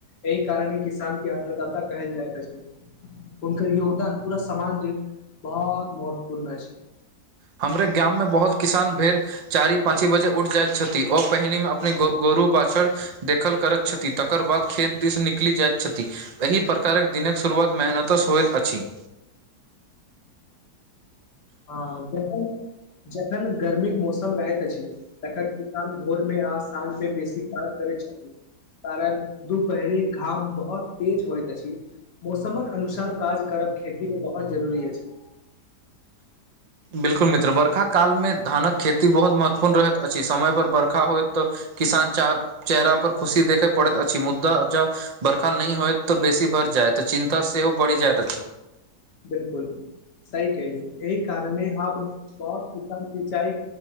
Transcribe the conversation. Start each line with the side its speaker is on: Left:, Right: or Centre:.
Left: एहि कारण हा किसान के अन्नदाता कहल जाय तऽ से हनक योगदान पूरा समाज लेलऽ बहुत महत्वपूर्ण छै
Right: हमरे गाम मे बहुत किसान बेर चारी पाँची बजे उठ जाइत छथिन, ओ पहिने मे अपने गोगोरु बाछड़ देखल करैत छथिन, तकर बाद खेत दिस निकलि जाइत छथि। एहि प्रकार कऽ दिनक शुरुआ तऽ मेहनतस होइत अछि
Left: <inaudible> ह जखन जखन गर्मी के मौसम रहैत अछि तखन किसान भोर मे आ साँझमे बेसी काज करै छथि कारण दुपहरी घाम बहुत तेज होइत अछि। मौसम कऽ अनुसार काज करब खेती मे बहुत जरूरी अछि।
Right: बिल्कुल मित्र बरखाकाल मे धान कऽ खेती बहुत महत्वपूर्ण रहैत अछि, समयपर बर्खा होइत तऽ किसान चेहरा पर खुशी देखे पड़ैत अछि, मुद्दा जे बर्खा नहि होयत तऽ बेसी भरि जाय, तऽ चिन्ता सेहो बढ़ि जायत अछि।
Left: बिल्कूल सही कहलिअ एहि कारणे अब बहुत किसान सिंचाई